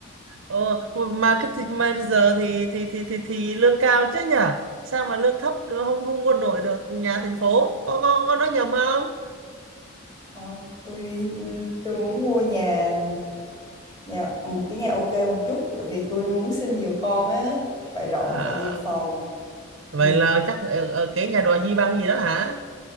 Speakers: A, on the right; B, on the left.
A: Ờ marketing manager thì thì thì thì thì lương cao chứ nhỉ? Sao mà lương thấp không không quân đội được nhà thành phố? Có có có nói nhầm không?
B: không tôi tôi muốn mua nhà nhà một cái nhà ok một chút bởi vì tôi muốn sinh nhiều con á phải rộng
A: À
B: phải nhiều phòng
A: vậy
B: ừ.
A: là chắc ở, ở cái nhà đòi di băng gì đó hả